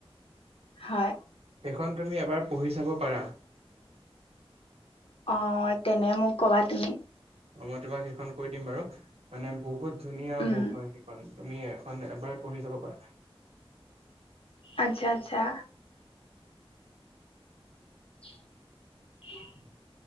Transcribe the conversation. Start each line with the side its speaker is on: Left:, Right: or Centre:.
Left: হয়।
Right: সেইখন তুমি এবাৰ পঢ়ি চাব পাৰা।
Left: অ', তেনে মোক কবা তুমি।
Right: অ মই তোমাক সেইখন কৈ দিম বাৰু, মানে বহুত ধুনীয়া
Left: উম
Right: বুক হয় সেইখন। তুমি এখন এবাৰ পঢ়ি চাব পাৰা।
Left: আচ্ছা আচ্ছা। <inaudible>